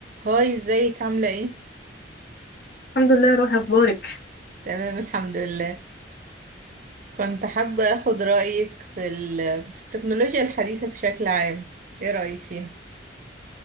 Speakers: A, on the right; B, on the left.
A: هاي ازيك عاملة ايه؟
B: الحمد لله روحي اخبارك
A: تمام الحمد لله كنت حابة اخد رأيك في ال- في التكنولوجيا الحديثة بشكل عام ايه رأيك فيها؟